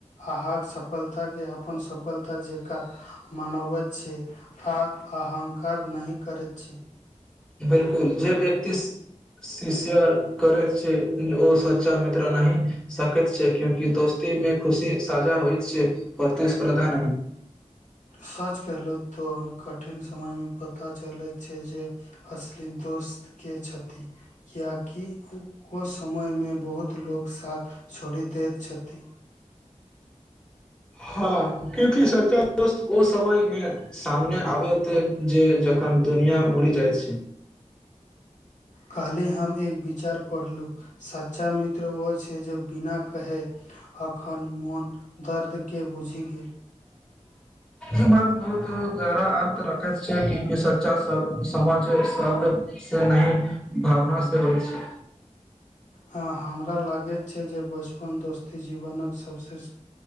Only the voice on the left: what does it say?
अहाँक सफलता के अपन सफलता जे। का मनाबैत। छै, आ अहङकार नहि करैत छै।
सच कहलहु। तोन कठिन समय में पता चले छै, जे असली दोस्त के छैथि। किया की ओ। समय में बहुत लोक साथ छोड़ि दैत छथि।
काल्हि हम एक विचार पढ़लहुॅ, सच्चा मित्र ओ। छै जो बिना कहे अखन मोन दर्द के। के बुझी गेल।
ह हमरा लागैत छै जे बचपन दोस्ती जीवनक सबसे।